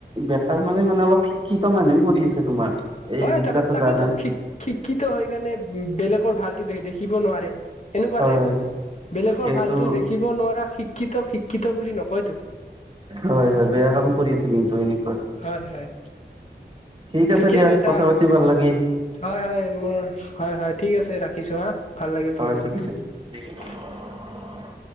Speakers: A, on the right; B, on the left.
A: বেটাৰ মানে মানে অলপ শিক্ষিত মানুহে কৰি আছে তোমাৰ এই
B: হয়
A: যিবিলাকে
B: তাকে তাকেতো
A: জানে
B: শ শিক্ষিত হৈ কাৰণে বেলেগৰ ভালতো দেখিব নোৱাৰে এনেকুৱা
A: হয়
B: টাইপ মানে বেলেগৰ
A: কিন্তু
B: ভালতো দেখিব নোৱাৰা শিক্ষিত শিক্ষিত বুলি নকয়তো
A: হয় হয় বেয়া কাম কৰি আছে কিন্তু এনে
B: হয় হয়
A: ঠিক
B: ঠিকে
A: আছে দিয়া
B: কৈছা
A: কথা পাতি ভাল লাগি
B: হয় হয় মোৰ হয় হয় ঠিক আছে ৰাখিছো হা ভাল লাগিল
A: হয়
B: তোমাৰ লগ
A: ঠিক
B: কথা
A: আছে <unintelligible>